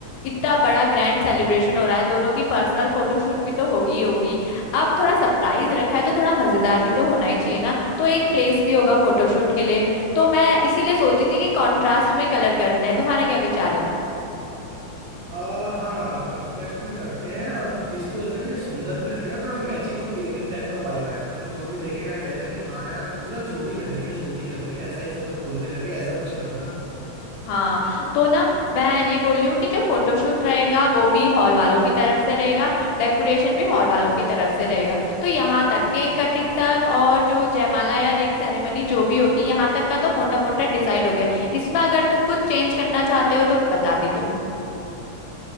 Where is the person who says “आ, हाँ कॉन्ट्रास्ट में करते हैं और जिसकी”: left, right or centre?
Right